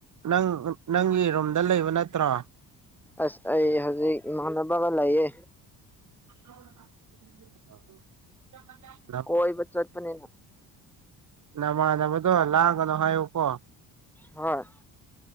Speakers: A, on the right (about 50°); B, in the centre.
A: ꯅ ꯅꯪꯒꯤ ꯔꯨꯝꯗ ꯂꯩꯕ ꯅꯠꯇ꯭ꯔꯣ
B: ꯑꯁ ꯑꯩ ꯍꯧꯖꯤꯛ ꯃꯅꯕꯥꯒꯂꯏꯌꯦ
A: <unintelligible>
B: ꯀꯣꯏꯕ ꯆꯠꯄꯅꯦꯅ
A: ꯅꯃꯥꯟꯅꯕꯗꯣ ꯂꯥꯛꯒꯅꯣ ꯍꯥꯏꯌꯨꯀꯣ
B: ꯍꯣꯏ